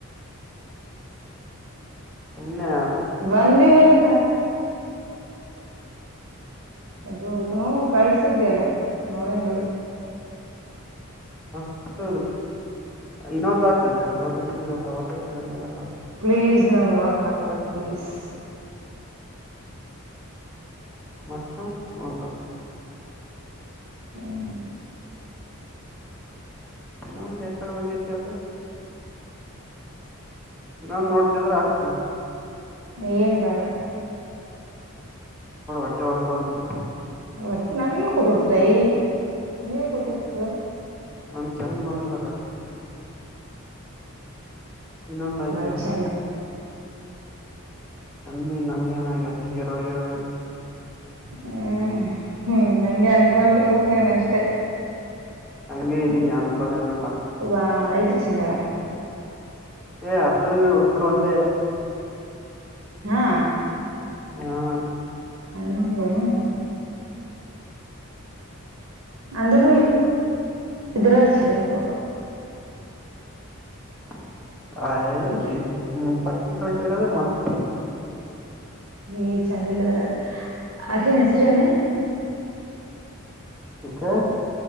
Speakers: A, in the centre; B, on the right (about 70°).
A: ಸುಮನೆದ
B: ಒಂದಿ <unintelligible> ಇದೂ ಹೂ ಕಳ್ಸಿದಲ್ಲಾ ನೋಡೆನ್ ಬಿಡು
A: ಅಷ್ಟ್ ಇನ್ನೊಂದ ಹಾಕ್ತಿನ್ ತಡಿ ಅವರ್ ಜೊತೆ ಇರೊದ ಅವತ್ತೇ ಹ ತಗೊಂಡಿ ಇರತ್ತಾವ
B: ಪ್ಲೀಸ್ ನಂಗ್ ನೋಡಕ್ ಆಗವಲ್ತು ಪ್ಲೀಸ್
A: <unintelligible>
B: ಹ್ಮೂ.
A: ಇನ್ನೊಂದ್ ಎಕಡೆ ಹೊಗೆತ ಅದ ಇನ್ನೊಂದ್ ನೋಡ್ತೆನ್ ಅಂದ್ರೆ ಹಾಕ್ತೆ
B: ಏನ್ ಬೇಡಾ
A: ನೊಡ್ ಹೊಟ್ಟೆ ಉರ್ಕೊ ಒಂದ್ ಸ್ವಲ್ಪ್
B: ಹೊಟ್ಟಿ ನನಗ್ಯಾಕ್ ಹೊಟ್ಟಿ ಉರ್ತೈ ನನಗ್ಯಾಕ್ ಹೊಟ್ಟಿ ಉರ್ತದ
A: ನಾನ್ ಚೆಂದ ಬಂದಿರೊದ್ ಅದಿಕ್ಕೆ ಇನಂದ್ ಹಾಕಿನ್
B: ಬಾಳ್
A: ನೊಡ್
B: ಚಂದ
A: ಚಂದ ಅದೆನಿ ನನಗೆನಾಗೆತಿ ಹೀರೋ ಹೀರೋ ಆಗಿನಿ
B: ಹ್ಮ್ ಹ್ಮ ಹಂಗೆ ಅನ್ಕೊಂಡಿರ್ಬೇಕ್ ನೀನ್ ಅಷ್ಟೇ
A: ಹಂಗೆ ಇದೀನಿ ಅನ್ಕೊಳೊದೆನಿಲ್ಲ
B: ವಾ ಇಕಿ ಚಂದಾಳ್
A: ಏ ಅದ ಒಬ್ಬರು ಒಂದೇ
B: ಹಾ.
A: ಹ್ಮಾ.
B: <unintelligible> ಅಂದ್ರೂ ನಿ <unintelligible> ಚಂದಿಲ್ಲ ಪೋಟೋ
A: <inaudible> ಆಯ್
B: ಈಕೆ
A: ಇನ್ ಪಷ್ಟಿಗೆ ಕಳ್ಸಿರದೆ ಮಸ್ತ್
B: ಏಯ್ ಚೆಂದಿಲ್ಲದರಾಗ್ ಆಕಿನ್ ಹೆಸ್ರೇನ್
A: ಯಾಕ